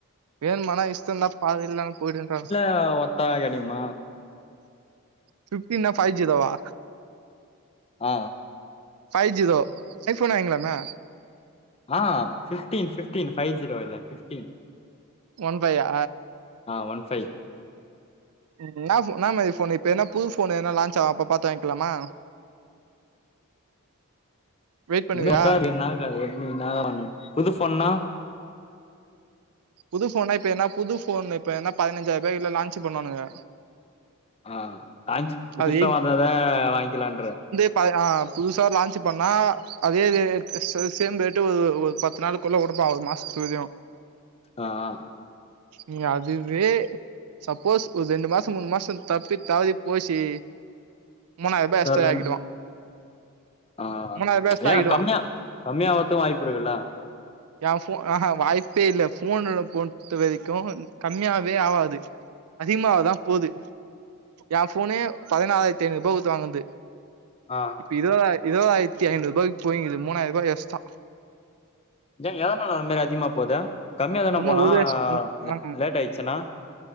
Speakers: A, on the right (about 80°); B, on the left (about 25°).
A: வேணுமானா இஷ்ட இருந்தா பாரு இல்லனா போய்டுங்கன்றாங்க
B: ஆ ஒ பதா கெடைக்குமா
A: ஃபிஃப்டீன் நா ஃபைவ் ஜிரோ வா
B: ஆ
A: ஃபைவ் ஜிரோ ஐஃபோனே வாங்கிளாமே
B: ஆ ஃபிஃப்டீன் ஃபிஃப்டீன் பைவ் ஜீரோ இல்ல ஃபிஃப்டீன்
A: ஒன் ஃபையா
B: ஆ ஒன் ஃபை
A: ம் நா ஃபோ இன்னா மாரி ஃபோனு இப்ப என்ன புது ஃபோனு என்ன லான்ச் ஆகு அப்ப பாத்து வாங்கிக்கலாமா வெயிட் பண்ணுவியா
B: இவ்ளோ வர்ஷ என்ன க என் என்னா வாங்கனு புது ஃபோன்னா
A: புது ஃபோனா இப்ப என்னா புது ஃபோன் இப்ப என்னா பதினஞ்சாயிருபாய்கு இல்லா லான்ச் பண்ணுவானுங்க
B: ஆ லான்ச் புதுசா
A: அது
B: வந்ததா வாங்கிக்கலான்ற
A: ம் ஆ புதுசா லான்சு பண்ணா அதே சு சேம் ரேட்டு ஒரு ஒரு பத்து நாள்க்குள்ள கொடுப்பா ஒரு மாசத்லயு
B: ஆ அ
A: நீ அதுவே சப்போஸ் ஒரு ரெண்டு மாச மூணு மாச தப்பி தவரி போச்சு மூணாயிரூபா
B: சர்
A: எஸ்க்டா ஆக்கிடுவா
B: ஆ
A: மூணாயிரூபா எக்ஸ்ட்ரா
B: ஏ
A: ஆக்கிடுவா
B: கம்மியா கம்மியாவது வாய்ப்பு இருக்குல்ல
A: எ ஃபோ ஆஹா வாய்ப்பே இல்ல ஃபோனு பொத்த வரைக்கு கம்மியாவே ஆவாது அதிகமாவதா போது ஏ ஃபோனு பதினாலாயிரத்தி ஐநூறுபா கொத்து வாங்குது
B: ஆ
A: இருவதாய இருவயிரத்தி ஐநூருபாக்கு போயினுது மூனாயிருபா வெஸ்ட
B: ஏ ஏதனால அது மாரி அதிகமா போது கம்மியா தானே
A: உன்னு
B: போனு
A: ஒரு
B: ஆ
A: வருஷ
B: அ
A: ஆ
B: லேட் ஆயிச்சுன்னா